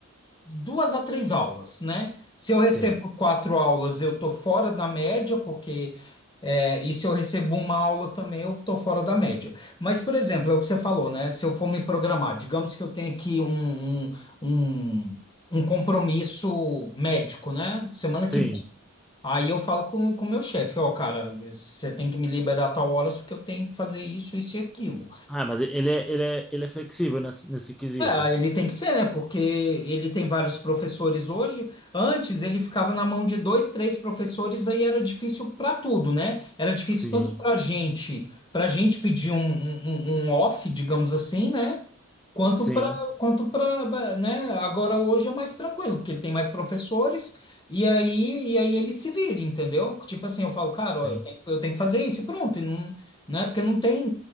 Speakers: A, on the left; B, in the centre.
A: duas a três aulas, né? Se eu recebo
B: sim,
A: quatro aulas, eu tô fora da média, porque. é, e se eu recebo uma aula também, eu tô fora da média. Mas, por exemplo, é o que você falou, né? Se eu for me programar, digamos que eu tenha aqui um, um, um, um compromisso médico, né? Semana que
B: sim.
A: vem. Aí eu falo com o meu chefe, ó, cara, você tem que me liberar a tal horas porque eu tenho que fazer isso, isso e aquilo.
B: Ah, mas ele é, ele é, ele é flexível nesse, nesse quesito.
A: É, ele tem que ser, né? Porque ele tem vários professores hoje. Antes ele ficava na mão de dois, três professores, aí era difícil para tudo, né? Era difícil
B: Sim,
A: tanto para gente, para gente pedir um, um, um um off, digamos assim, né? Quanto
B: sim,
A: para, quanto para, né? Agora hoje é mais tranquilo, porque ele tem mais professores e aí, e aí ele se vira, entendeu? Tipo assim, eu falo, cara,
B: sim,
A: ó, eu tenho, que- eu tenho que fazer isso e pronto. E não, né? Porque não tem,